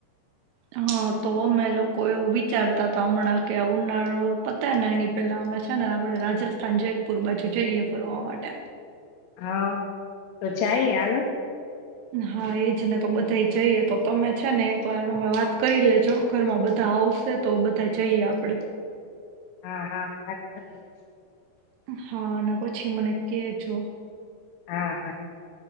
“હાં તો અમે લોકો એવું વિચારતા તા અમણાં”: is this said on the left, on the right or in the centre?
Right